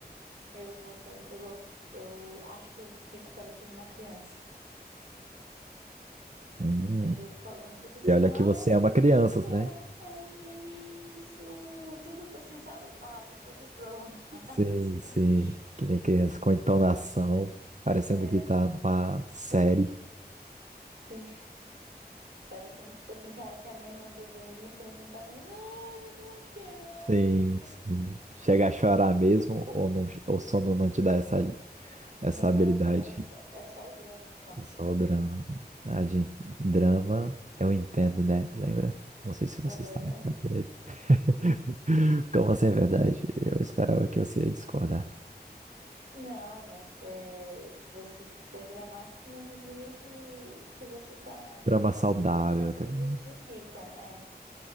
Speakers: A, on the right (about 65°); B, on the right (about 45°).
A: eu vou falando, eu vou, eu acho que eu fico parecendo uma criança.
B: Hum.
A: Eu fico falando tudo assim,
B: E olha
A: ai,
B: que você ama
A: Piada
B: crianças,
A: eu que não você. quero
B: né?
A: fazer isso. Tudo assim, sabe? As palavras todas prolongadas.
B: Sim, sim.
A: <laughs>
B: Que nem criança com entonação, parecendo
A: É,
B: que tá numa série.
A: Sim. parecendo tipo assim que a, que a mãe mandou dormir, a criança não tá falando, ai, eu não quero.
B: Sim, sim. Chega a chorar mesmo ou não, o sono não te dá essa,
A: Não,
B: essa habilidade?
A: só, só- é só o drama, só.
B: É Só o drama. Ah, de drama, eu entendo, né? Lembra? Não sei se você
A: É
B: está
A: verdade.
B: lembrando dele. <laughs> Como assim é verdade? Eu esperava que você ia discordar.
A: Não, mas é, você foi dramático, mas eu diria que, que você tá,
B: Drama
A: passou
B: saudável,
A: por situações que
B: tá ligado?
A: justificam. É.